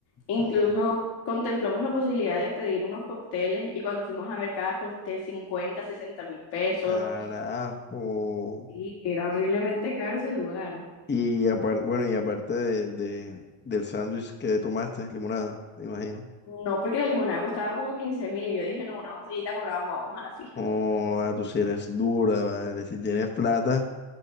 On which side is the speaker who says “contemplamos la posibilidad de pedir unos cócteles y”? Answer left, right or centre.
Left